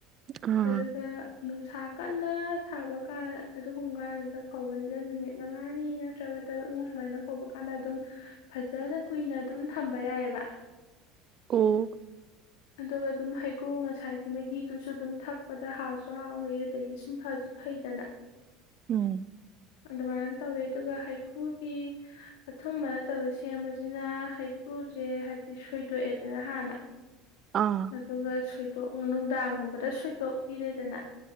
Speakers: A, on the right (about 45°); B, on the left (about 75°).
A: ꯎꯝ
B: ꯑꯗꯨꯒ ꯅꯨꯡꯁꯥꯛ ꯀꯟꯅ ꯁꯥꯕ ꯀꯥꯟ ꯑꯗꯨꯒꯨꯝꯕ ꯀꯥꯟꯗꯨꯗ ꯐꯧꯕꯁꯤꯗ ꯅꯨꯃꯤꯠ ꯃꯉꯥꯅꯤ ꯅꯠꯇ꯭ꯔꯒ ꯇꯔꯨꯛꯅꯤ ꯁꯨꯃꯥꯏꯅ ꯐꯧꯕ ꯀꯥꯟꯗ ꯑꯗꯨꯝ ꯐꯖꯅ ꯀꯨꯏꯅ ꯑꯗꯨꯝ ꯊꯝꯕ ꯌꯥꯏꯑꯕ
A: ꯑꯣ
B: ꯑꯗꯨꯒ ꯑꯗꯨꯝ ꯍꯩꯀ꯭ꯔꯨ ꯉꯁꯥꯏꯒꯤ ꯃꯍꯤꯗꯨꯁꯨ ꯑꯗꯨꯝ ꯊꯛꯄꯗ ꯍꯥꯎꯁꯨ ꯍꯥꯎꯋꯤ ꯑꯗꯒꯤ ꯁꯨꯝ ꯐꯁꯨ ꯐꯩꯗꯅ
A: ꯎꯝ
B: ꯑꯗꯨꯃꯥꯏꯅ ꯇꯧꯋꯦ ꯑꯗꯨꯒ ꯍꯩꯀ꯭ꯔꯨꯒꯤ ꯑꯊꯨꯝꯕ ꯅꯠꯇꯕ ꯁꯦꯝꯕꯁꯤꯅ ꯍꯩꯀ꯭ꯔꯨꯁꯦ ꯍꯥꯏꯕꯗꯤ ꯁꯣꯏꯗꯣꯛꯑꯦꯗꯅ ꯍꯥꯟꯅ
A: ꯑꯥ
B: ꯑꯗꯨꯒ ꯁꯣꯏꯗꯣꯛ ꯅꯨꯡꯗꯥꯡꯒꯨꯝꯕꯗ ꯁꯣꯏꯗꯣꯛ ꯀꯤꯔꯦꯗꯅ